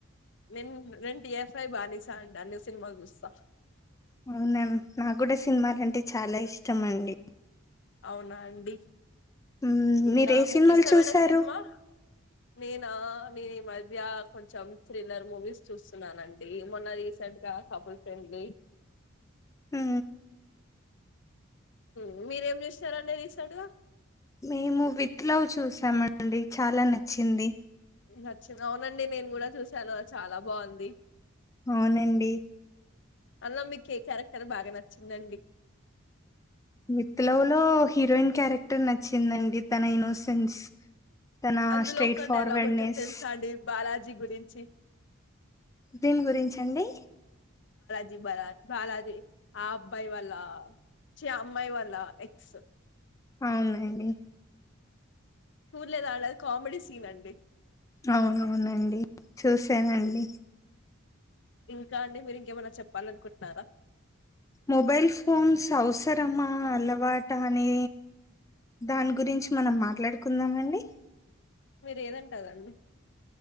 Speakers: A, on the left (about 60°); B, on the left (about 15°).
A: నేన్ రెన్ టీ ఎఫ్ ఐ బానిసాండ్ అన్ని సినిమాల్ జుస్సా
B: అవునాం నా గూడా సినిమాలంటే చాలా ఇష్టం అండి
A: అవునా అండి
B: మ్మ్,
A: ఇంకా
B: మీరు ఏ
A: మీకిష్టమైన
B: సినిమాలు చూసారు
A: సినిమా నేమ్ నా నెన్ ఈ మధ్య కొంచెం థ్రిల్లర్ మూవీస్ చూస్తున్నానండి. ఏమొన్న రీసెంట్ గా కపుల్ ఫ్రెండ్లీ
B: హు
A: హ్మ మీరేం జుసినారండి రీసెంట్గా
B: మేము విత్ లవ్ చూసామండి చాలా నచ్చింది
A: నచ్చిర్ రౌనండి నేను కూడా చూశాను చాలా బాంది.
B: ఔనండి.
A: అలా మీకే క్యారెక్టర్ బాగా నచ్చిందండి.
B: మిత్త్ లవ్ లో హీరోయిన్ క్యారెక్టర్ నచ్చిందండి తన ఇన్నోసెన్స్. తన
A: అందులో
B: స్ట్రైట్
A: ఒక
B: ఫార్వర్డ్నెస్
A: డైలాగుంటంది తెల్సా అండి బాలాజీ గురించి.
B: దేని గురించండి.
A: దిబాలా బాలాజీ ఆ అబ్బాయ్ వాళ్ళ ఛి అమ్మాయ్ వాళ్ళ ఎక్స్.
B: ఔన్ లేండి.
A: ఊర్లేదాలద్ కామెడీ సీనండి.
B: ఔనవునండి చూసానండి.
A: హ్మ్. ఇంకా అండి మీరు ఇంకేమన్నా చెప్పాలనుకుంటున్నారా.
B: మొబైల్ ఫోన్స్ అవ్సరమా అలవాట అని దాన్ గురించి మనం మాట్లాడుకుందామ అండి.
A: మీరేదంటే అదండి